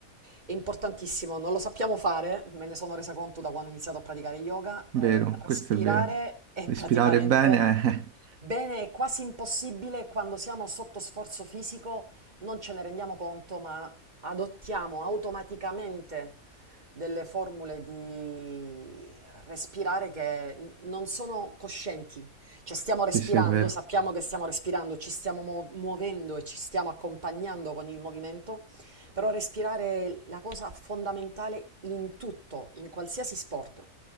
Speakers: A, on the right (about 30°); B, on the right (about 75°).
A: È importantissimo, non lo sappiamo fare, me ne sono resa conto da quando ho iniziato a praticare yoga,
B: vero,
A: eh, respirare
B: questo è vero.
A: è
B: Respirare
A: praticamente
B: bene, eh,
A: bene, è quasi impossibile quando siamo sotto sforzo fisico, non ce ne rendiamo conto, ma adottiamo automaticamente delle formule di respirare che n- non sono coscienti cioè stiamo respirando,
B: eh, <laughs> sì, sì, è vero,
A: sappiamo che stiamo respirando, ci stiamo muo- muovendo e ci stiamo accompagnando con il movimento, però respirare è la cosa fondamentale in tutto, in qualsiasi sport.